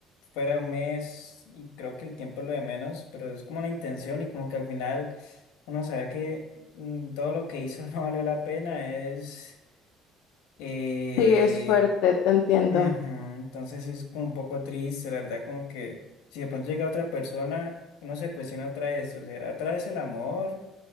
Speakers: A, on the left (about 80°); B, on the left (about 70°).
A: fuera un mes y creo que el tiempo es lo de menos, pero es como la intención y como que al final uno saber que mm, todo lo que hizo <laughs> no valió la pena es... eh,
B: Sí, es fuerte, te entiendo.
A: ujú, Entonces sí es como un poco triste, la verdad, como que si de pronto llega otra persona, uno se cuestiona otra vez, o sea, otra vez el amor,